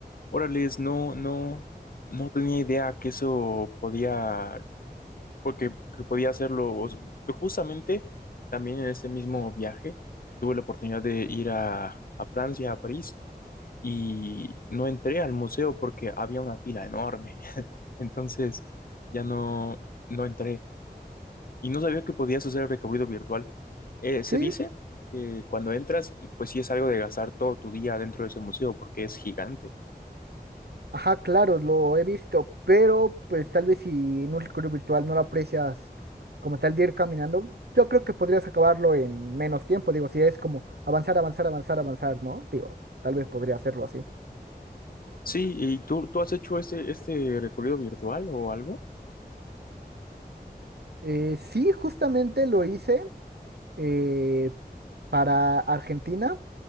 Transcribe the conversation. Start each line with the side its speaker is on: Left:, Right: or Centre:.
Left: Órales, no, no, no tenía idea que eso podía, porque que podía hacerlo. O s- Justamente también en este mismo viaje tuve la oportunidad de ir a, a Francia, a París, y no entré al museo porque había una fila enorme. <laughs> Entonces ya no, no entré. Y no sabía que podías hacer recorrido virtual. Eh, se
Right: Sí,
Left: dice que cuando entras, pues sí es algo de gastar todo tu día dentro de ese museo porque es gigante.
Right: Ajá, claro, lo he visto, pero pues tal vez si en un recorrido virtual no lo aprecias como tal de ir caminando, yo creo que podrías acabarlo en menos tiempo, digo, si es como avanzar, avanzar, avanzar, avanzar, ¿no? Digo, tal vez podría hacerlo así.
Left: Sí, ¿y tú, tú has hecho este, este recorrido virtual o algo?
Right: Eh, sí, justamente lo hice eh, para Argentina.